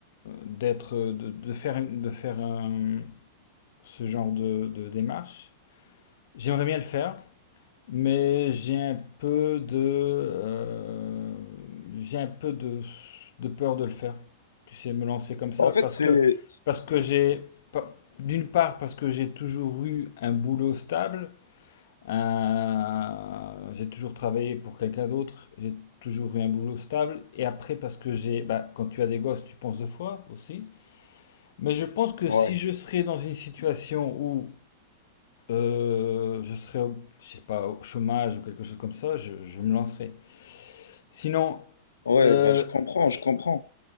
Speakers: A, on the left; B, on the left.
A: d'être, de, de faire, une- de faire euh, ce genre de, de démarche. J'aimerais bien le faire, mais j'ai un peu de, euh, j'ai un peu de, de peur de le faire. Tu sais, me lancer comme ça
B: Bah, en fait,
A: parce
B: c'est...
A: que, parce que j'ai, pas- d'une part, parce que j'ai toujours eu un boulot stable. Euh, j'ai toujours travaillé pour quelqu'un d'autre, j'ai toujours eu un boulot stable. Et après, parce que j'ai, bah, quand tu as des gosses, tu penses deux fois aussi. Mais je pense que
B: Ouais,
A: si je serais dans une situation où euh, je serais, au- je sais pas, au chômage ou quelque chose comme ça, je, je me lancerais. Sinon,
B: ouais,
A: euh,
B: bah, je comprends, je comprends.